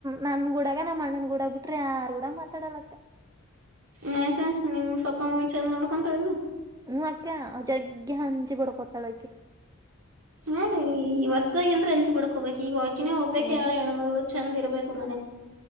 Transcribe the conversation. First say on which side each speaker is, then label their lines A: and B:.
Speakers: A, on the right; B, on the right.
A: ನನ್ ಗೂಡ. ಆಗ ನಮ್ಮ್ ಅಣ್ಣನ ಕೂಡ ಬಿಟ್ರಿ ಯಾರ ಕೂಡ ಮಾತಾಡಲ ಅತ.
B: ಮಕ ನಿಮ್ ಪಪ್ಪ ಮಮ್ಮಿ ಚಂದ್ ನೋಡ್ಕೊಂತಾಳನ ಇಲ್ಲ.
A: ಹ ಅಕ್ಕ ಜಗ್ಯ ಹನಚಿ ಬಡ ಕತ್ತಳಕ್ಕೆ.
B: ಮದರಿ ಈ ಹೊಸದಾಗಿ ಅಂದ್ರೆ ಅಂಚಿ ಬಿಡ್ಕೊಬೇಕು ಈಗ ಹಾಕಿನೇ ಒಬ್ಬಬೇಕ
A: ಏ
B: ಆಳ ಹೆಣ್ಮಗಳು ಚಂದ ಇರ್ಬೇಕ. <inaudible>